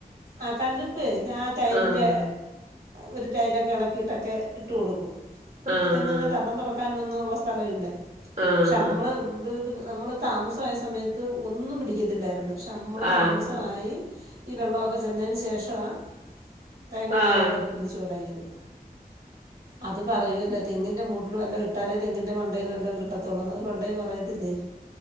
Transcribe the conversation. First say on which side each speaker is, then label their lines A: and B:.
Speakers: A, on the right; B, on the right.
A: ആഹ് കല്ല്പ്പെ ഞാ ടൈലിന്റെ
B: ആഹ്
A: ഒരു ടൈലൊക്കെ ഇളക്കിയിട്ടൊക്കെ ഇട്ട് കൊടുക്കും
B: ആഹ്
A: തെങ്ങിൻ്റെ തടം തുറക്കും ക്കാനൊന്നള്ള സ്ഥലം ഇല്ല
B: ആഹ്
A: പക്ഷെ നമ്മൾ ഇവിട ഇത് നമ്മൾ താമസമായ സമയത്ത് ഒന്നും പിടിക്കത്തില്ലായിരുന്നു ക്ഷെ ക്ഷെ നമ്മൾ
B: ആഹ്
A: താമസമായി ഈ വെള്ളമൊക്കെ ചെന്നതിന് ശേഷവാ തേങ്ങ
B: ആഹ് ആഹ്
A: നല്ലതുപോലെ പിടിചൊടങ്ങിയത് അത് പറയൂവല്ലോ തെങ്ങിന്റെ മൂട്ടിൽ വല്ല ഇട്ടാലേ തെങ്ങിന്റെ മണ്ടയിൽ വല്ലോ കിട്ടത്തുള്ളൂ എടെ പറയത്തില്ലേ